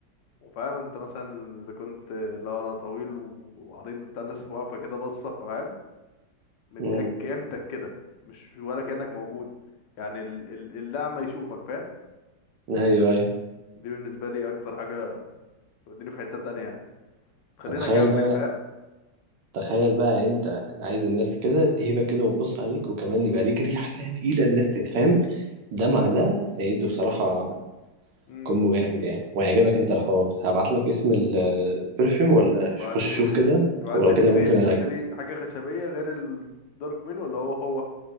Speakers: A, on the left (about 75°); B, on the right (about 70°).
A: وفاهم انت مثلا اذا كنت اللي هو انا طويل و- وعريض وبتاع الناس واقفة كده باصة فاهم مديك
B: امم
A: قيمتك كده مش ولا كأنك موجود يعني ال- ال- الأعمى يشوفك فاهم
B: ايوه ايوه
A: دي بالنسبة لي أكتر حاجة توديني في حتة تانية يعني تخليني
B: فتخيل
A: أكمل
B: بقى
A: فاهم
B: تخيل بقى انت عايز الناس كده تهيبك كده وتبص عليك وكمان يبقى ليك ريحه كده تقيله الناس تتفهم ده مع ده هيدوا بصراحه
A: امم
B: كومبو جامد يعني وهيعجبك انت الحوار هبعت لك اسم ال- البرفيوم ولا
A: ابعتهولي
B: ش- خش شوف كده
A: ابعتلي
B: ولو كده
A: الاتنين
B: ممكن
A: انت
B: أ...
A: قلتلي حاجة خشبية غير الدارك مين ولا هو هو